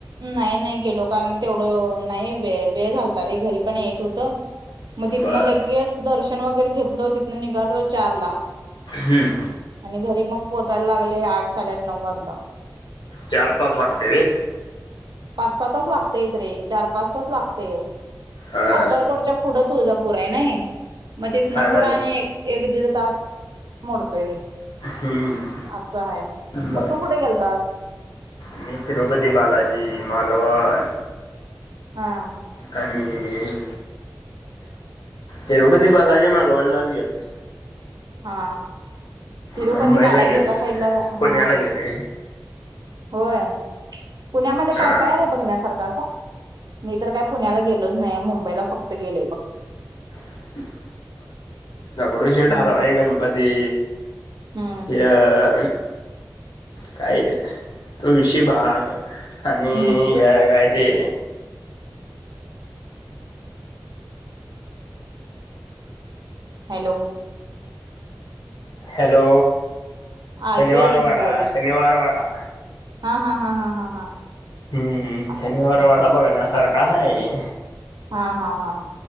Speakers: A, on the right; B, on the left.
A: नाही नाही गेलो कारण तेवढं नाही वेळ झालत रे घरी पण यायचं होतं मग तिथनं
B: बर
A: लगेच दर्शन वगैरे घेतल तिथनं निघालो चार ला
B: हम्म
A: आणि घरी मग पोहोचायला लागले आठ साडेआठ नऊ वाजला
B: चार तास लागते
A: असं पाच सातच लागतेयच रे चार पाच तच लागतेयच
B: हा
A: अक्कलकोटच्या पुढं तुझा पुर आहे नाही मग तिथनं
B: चालेल
A: पुढं आणि एक दीड तास मोडतोय
B: हम्म
A: असं आहे
B: बर
A: मग तू कुठे गेलतास
B: मी तिरुपती बालाजी मालवण
A: हा
B: कालली तेरोपी बालाजी मालवण लावीले
A: हा तिरुपती
B: मुंबईला
A: बालाजी
B: गेले
A: एका साइड ला
B: पुण्याला
A: हा
B: गेले
A: होय पुण्यामध्ये
B: हा
A: काय काय र आहे बघण्यासारखा असं मी तर काय पुण्याला गेलोच नाही मुंबईला फक्त गेलेय बघ
B: <inaudible> दगडू शटलवाय
A: हम्म
B: गणपती
A: हम्म
B: हे अ काय तुळशी भाग आणि
A: हम्म
B: ह्या काय ते
A: हॅलो
B: हॅलो शनिवार
A: ऐकू आले
B: वाडा
A: की बोल
B: शनिवार वाडा
A: हा हा हा हा हा हा
B: हम्म
A: असं
B: शनिवारवाडा
A: हम्म
B: बघण्यासारखा आहे
A: हा हा हा